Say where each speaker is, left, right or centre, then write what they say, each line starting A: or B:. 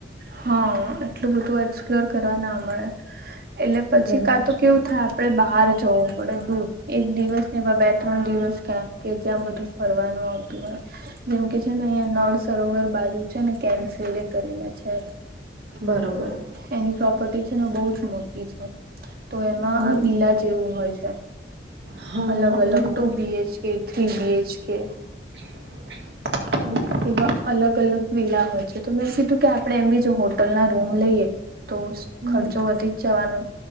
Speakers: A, on the right (about 55°); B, on the right (about 75°).
A: હા, એટલું બધું એક્સપ્લોર કરવા ના મળે એટલે પછી
B: બરોબર
A: કાતો
B: છે
A: કેવું થાય આપડે બહાર જવું પડે દૂર એક દિવસ ને એમાં બે ત્રણ દિવસ ક્યાંક કે જ્યાં બધું ફરવાનું આવતું હોય. જેમકે છે ને અહિયા નળ સરોવર બાજુ છે, ને કેન્સેલે કરીને છે.
B: બરોબર.
A: એની પ્રોપર્ટી છે ને બોજ મોટી છે. તો એમાં
B: હમ
A: વિલા જેવું હોય છે.
B: હા
A: અલગ
B: હા
A: અલગ
B: બરોબર
A: ટુ B H K, three B H કે,
B: <inaudible> બરોબર
A: એવા
B: છે
A: અલગ અલગ વીલા હોય છે, તો મેં કીધું કે આપડે એમ બી જો હોટલ ના રૂમ લઈએ, તો
B: હમ
A: ખર્ચો વધીજ જવાનો